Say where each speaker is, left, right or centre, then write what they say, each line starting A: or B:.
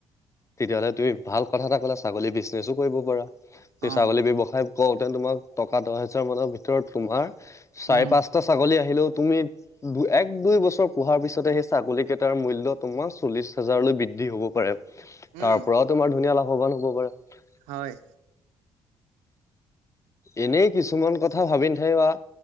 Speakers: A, on the left; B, on the right.
A: তেতিয়াহ'লে তুমি ভাল কথা এটা ক'লা ছাগলী বিজনেচো কৰিব পাৰা। সেই
B: অ
A: ছাগলী ব্যৱসায়। কওঁ দেন তোমাক টকা দহ হোজাৰ মানৰ ভিতৰত তোমাৰ। চাৰে
B: উম
A: পাঁচটা ছাগলী। আহিলেও তুমি দু এক দুই বছৰ পোহাৰ পিছতে সেই ছাগলীকেইটাৰ মূল্য তোমাৰ চল্লিছ হাজাৰলৈ বৃদ্ধি হ'ব পাৰে।
B: উম
A: তাৰ পৰাও তোমাৰ ধুনীয়া লাভ। ভৱান হ'ব পাৰা।
B: হয়।
A: এনেই কিছুমান কথা ভাবি। সেইৱা।